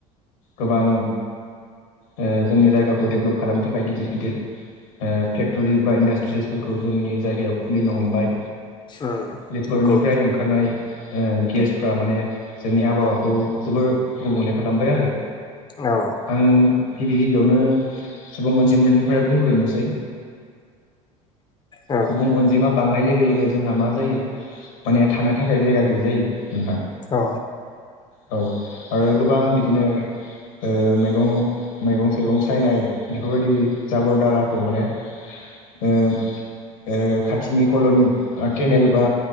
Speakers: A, on the left; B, on the left.
A: गोबां ओ जोंनि जायगाखौ डेब्लबप खालामनो थाखाय गिदिर गिदिर ओ फेक्ट'थरि बा इन्डास्ट्रिसफोरखौ जोंनि जायगायाव खुलिनो हमबाय।
B: उम
A: बेफोरनिफ्राय
B: नंगौ
A: ओंखारनाय ओ गेसफ्रा माने जोंनि आबहावाखौ जोबोर गुबुंले खालामबाय आरो
B: औ।
A: आं गिबि गिबियावनो सुबुं अनजिमनिफ्राय बुंग्रोनोसै
B: औ
A: सुबुं अनजिमा बांनाय लोगो लोगो जोंहा मा जायो माने थानो थाखाय जायगा गैयै जायो। नोंथां
B: उम औ
A: औ आरो गोबां बिदिनो। ओ मैगं मैगं थाइगं सायनाय बेफोरबायदि जाबोर दालाखौ माने। ओ ओ खाथिनि कल'नि केनेल बा